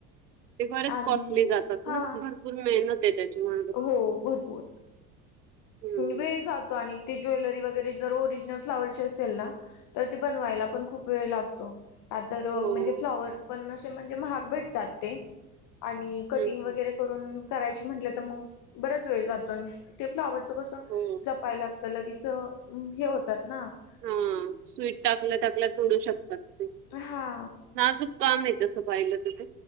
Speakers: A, on the right (about 85°); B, on the left (about 40°).
A: ते बरेच
B: आणि
A: कॉस्टली जातात
B: हा
A: ना भरपूर मेहनत आहे त्याच्यामुळे.
B: हो भरपूर‌
A: हम्म
B: वेळ जातो आणि ते ज्वेलरी वगैरे जर ओरिजिनल फ्लावरची असेल ना तर् ती बनवायला पण खूप वेळ लागतो. कां तरं
A: हो
B: म्हणजे फ्लॉवर पणं, असे म्हणजे महांग भेटतात तें आणि कटिंग
A: हम्म
B: वगैरें. करूंन करायची म्हंटले, तर् मगं बरांच वेळ जातो ते फ्लॉवरच कसं
A: हो
B: जपायला. - तर अ लगेच हें होतात नां. -
A: हांअ स्वीट टाकलं टाकल्या तोडू शकतात तें
B: हा
A: नाजूक. कामं आहे. तसं पाहिलं तें.